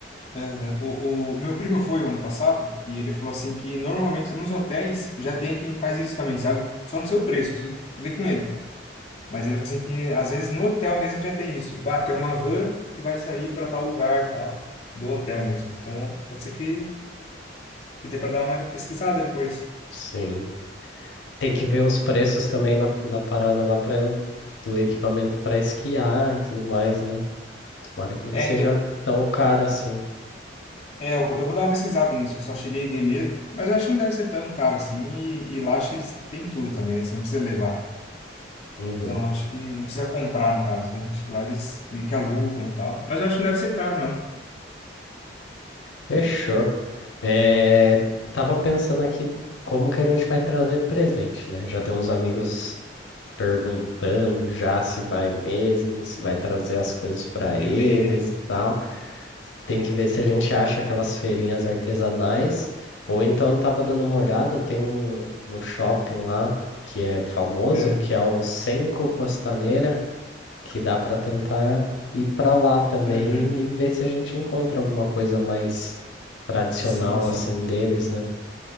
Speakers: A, on the left; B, on the left.
A: aham. O, o, o meu primo foi o ano passado e ele falou assim que normalmente nos hotéis já tem quem faz isso também, sabe? Só no seu preço, preciso ver com ele. Mas ele falou assim que às vezes no hotel mesmo já tem isso, tipo, ah, tem uma van que vai sair para tal lugar, e tal, do hotel mesmo. Então pode ser que que dê para dar uma pesquisada depois.
B: Sim. Tem que ver os preços também na, da parada lá pra, do equipamento para esquiar e tudo mais, né? Tomara que não
A: É,
B: seja
A: então,
B: tão caro assim.
A: é, eu, eu vou dar uma pesquisada nisso, eu só cheguei a ver mesmo, mas eu acho que não deve ser tão caro assim, e, e lá acho que eles têm tudo também, né? Você não precisa levar.
B: Uhum.
A: Então, acho que não precisa comprar, no caso, né? Acho que lá eles meio que alugam e tal. Mas eu acho que não deve ser caro, não.
B: Fechou. É, tava pensando aqui como que a gente vai trazer presente, né? Já tem uns amigos perguntando já se vai mesmo, se vai trazer as coisas para
A: De
B: eles
A: lei, né?
B: e tal. Tem que ver se a gente acha aquelas feirinhas artesanais. Ou então eu tava dando uma olhada, tem um, um shopping lá que é famoso,
A: É.
B: que é o Senco Costaneira, que dá para tentar ir para lá também
A: Uhum.
B: e ver se a gente encontra alguma coisa mais tradicional
A: Sim, sim.
B: assim deles, né?